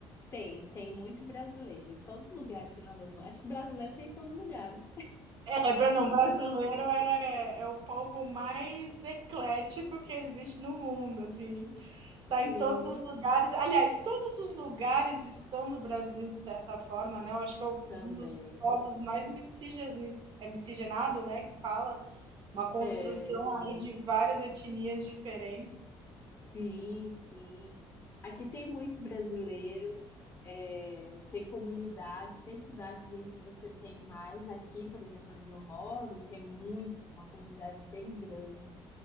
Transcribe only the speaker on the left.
Tem, tem muito brasileiro em todo lugar aqui na Alemanha. Acho que brasileiro tem em todo lugar, né?
Sim,
também.
É,
sim, sim. Aqui tem muito brasileiro, é, tem comunidades, tem cidades em que você tem mais. Aqui, por exemplo, onde eu moro, tem muito, uma comunidade bem grande.